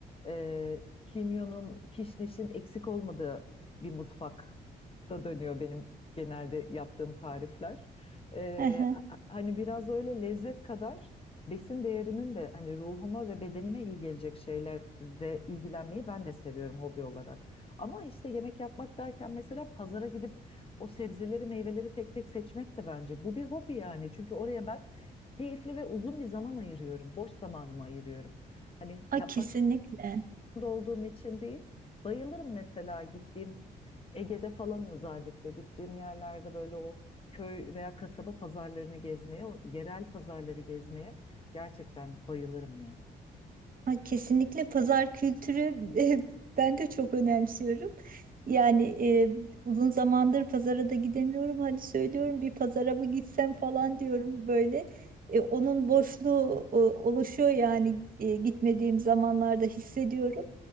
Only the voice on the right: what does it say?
Aha.
A,
kesinlikle.
A, kesinlikle pazar kültürü <laughs> e, ben de çok önemsiyorum. Yani e, uzun zamandır pazara da gidemiyorum. Hadi söylüyorum bir pazara mı gitsem falan diyorum böyle. E, onun boşluğu e, oluşuyor yani e, gitmediğim zamanlarda hissediyorum.